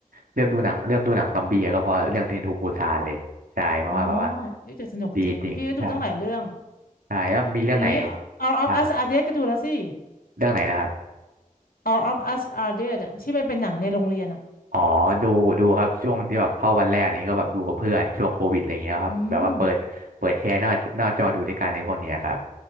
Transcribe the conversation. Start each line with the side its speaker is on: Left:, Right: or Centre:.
Right: เริ่มดูหนังเริ่มดูหนังซอมบี้ก็เพราะเรื่องเทรนทูปูซานเลยใช่เพราะว่าแบบว่า
Left: อ๋อนี่จะสนุกจริงพี่ก็ดูตั้งหลายเรื่อง
Right: ดีจริงใช่ใช่แล้วมีเรื่องไหน
Left: อย่างนี้ All of
Right: บ้างครับ
Left: Us Are Dead ก็ดูแล้วสิ
Right: เรื่องไหนนะครับ
Left: All of Us Are Dead อะที่มันเป็นหนังในโรงเรียนอ่ะ
Right: อ๋อดูดูครับช่วงที่แบบเข้าวันแรกนี้ก็แบบดูกับเพื่อนช่วงโควิดอะไรเงี้ยครับแบบว่าเปิดเปิดแชร์หน้าหน้าจอดูด้วยกันในพวกเนี้ยครับ
Left: อืม